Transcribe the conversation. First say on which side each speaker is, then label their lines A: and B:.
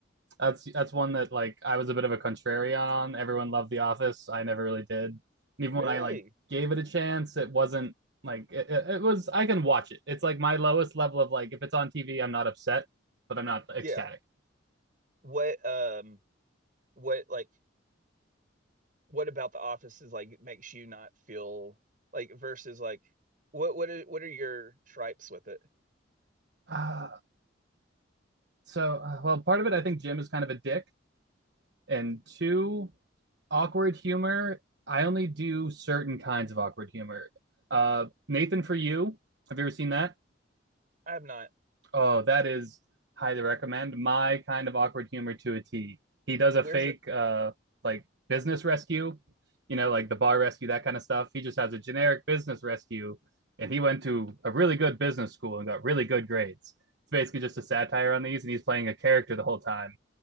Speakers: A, on the right (about 60°); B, on the right (about 45°).
A: That's that's one that like I was a bit of a contrarian on. Everyone loved The Office. I never really did. And even
B: Really?
A: when I like gave it a chance, it wasn't like it, it was. I can watch it. It's like my lowest level of like if it's on TV, I'm not upset, but I'm not ecstatic.
B: Yeah.
A: <sighs>
B: What um what like what about The Office is like makes you not feel like versus like what what are, what are your tripes with it?
A: Uh, so uh, well, part of it I think Jim is kind of a dick, and two awkward humor. I only do certain kinds of awkward humor. Uh, Nathan for you. Have you ever seen that?
B: I have not.
A: Oh, that is highly recommend. My kind of awkward humor to a T. He does a
B: Where's
A: fake
B: it?
A: uh like business rescue, you know, like the bar rescue, that kind of stuff. He just has a generic business rescue and he went to a really good business school and got really good grades. It's basically just a satire on these and he's playing a character the whole time.